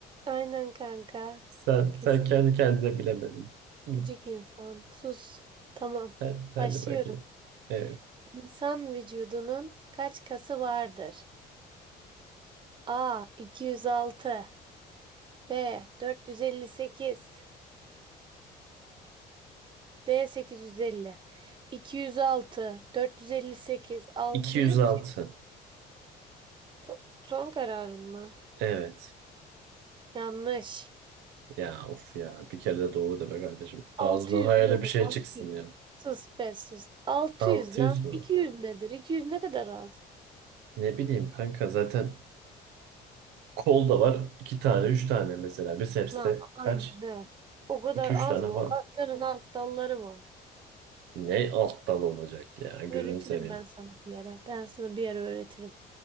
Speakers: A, on the right; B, on the right.
A: Aynen kanka.
B: Sen,
A: Kesin
B: sen kendi kendine bilemedin. Hı.
A: gıcık insan. Sus. Tamam.
B: Hadi, hadi
A: Başlıyorum.
B: bakayım. Evet.
A: İnsan vücudunun kaç kası vardır? A. 206 B 458, C 600, D 850. 206, 458, 600.
B: 206.
A: So- son kararın mı?
B: Evet.
A: Yanlış.
B: Ya of ya. Bir kere de doğru de be kardeşim. Ağzından
A: 600
B: hayali
A: oğlum.
B: bir şey
A: 600.
B: çıksın ya.
A: Sus be sus. 600
B: 600
A: lan.
B: mü?
A: 200 nedir? 200 ne kadar az?
B: Ne bileyim kanka zaten Kolda var iki tane, üç tane mesela. Biceps'te
A: Lan aynen
B: kaç?
A: ne? O kadar
B: iki üç
A: az
B: tane
A: mı?
B: falan.
A: O kasların alt dalları var.
B: Ne alt dal olacak ya? Gözünü
A: Öğretirim
B: seveyim.
A: ben sana bir ara. Ben sana bir ara öğretirim.